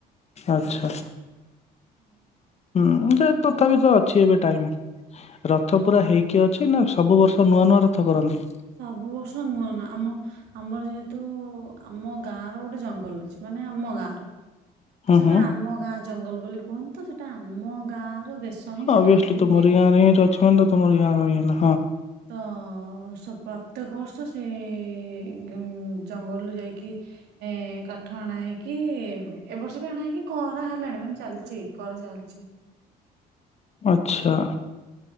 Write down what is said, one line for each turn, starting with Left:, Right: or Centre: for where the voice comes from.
Left: ଆଚ୍ଛା।
Right: <inaudible>
Left: ହୁଁ ସେ ତଥାପିତ ଅଛି ଏବେ ଟାଇମ୍। ରଥ ପୁରା ହେଇକି ଅଛିନା ସବୁ ବର୍ଷ ନୂଆ ନୂଆ ରଥ କରନ୍ତି?
Right: ସବୁ ବର୍ଷ ନୂଆ ନୂଆ ଆମ ଆମର ଯେହେତୁ ଆମ ଗାଁର ଗୋଟେ ଜଙ୍ଗଲ ଅଛି ମାନେ ଆମ ଗାଁର ତ
Left: ହୁଁ
Right: ସେଟା
Left: ହୁଁ
Right: ଆମ ଗାଁ ଜଙ୍ଗଲ ବୋଲି କୁହନ୍ତିତ ସେଥି ସେଟା ଆମ ଗାଁର ଦେଶ ହିଁ ସେଟାକୁ
Left: ଅଭିଅସଲି ତୁମରି
Right: ଇଏ କରେ
Left: ଗାଁରେ ହିଁ ଅଛି ମାନେ ତ ତୁମରି ଗାଁର ହିଁ ହେଲା
Right: ହଁ। ତ ସ ପ୍ରତ୍ୟେକ ବର୍ଷ ସେଜଙ୍ଗଲରୁ ଯାଇକି ଏ କାଠ ଆଣା ହେଇକି ହୁଏ ଏଇ ବର୍ଷବି ଆଣା ହେଇକି କରା ହେଲାଣି ମାନେ ଚାଲିଚି କରା ଚାଲିଚି
Left: ଆଚ୍ଛା।